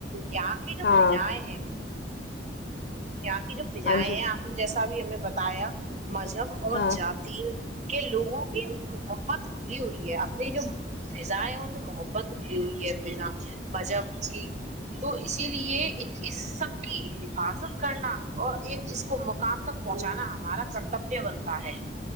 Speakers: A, on the right (about 40°); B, on the left (about 55°).
A: یہاں کے جو
B: ہاں
A: پجائے ہیں یہاں کی جو بھجائیں
B: ہاں جی
A: ہیں آپ نے جیسا بھی ہمیں بتایا مذہب اور
B: ہاں
A: جاتی کہ لوگوں کی محبت کھلی ہوئی ہے اپنی جو فضائیں ان میں محبتی ہوئی ہے بنا مذہب کی تو اسی لیے اس سب کی حفاظت کرنا اور اس کو م کا تک پہنچانا ہمارا کرتبیہ بنتا ہے